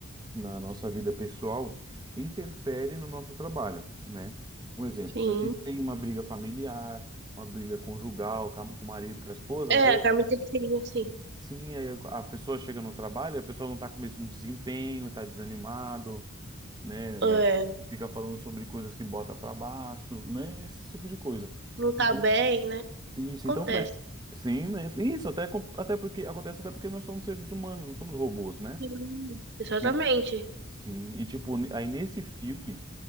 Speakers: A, on the right; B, on the right.
A: na nossa vida pessoal interfere no nosso trabalho, né? Um exemplo,
B: sim.
A: se a gente tem uma briga familiar, uma briga conjugal com a- com o marido, com a esposa,
B: É,
A: às vezes,
B: a Carmen tem sim.
A: sim, aí a pessoa chega no trabalho, e a pessoa não está com o mesmo desempenho, está desanimado, né?
B: É,
A: Fica falando sobre coisas que bota para baixo, né? Esse tipo de coisa.
B: não tá
A: Então,
B: bem, né?
A: isso,
B: Acontece.
A: então, pra... sim, né? Isso, até, com- até porque acontece até porque nós somos seres humanos, não somos robôs, né?
B: Sim, Exatamente.
A: Sim, Sim, e tipo, aí nesse filme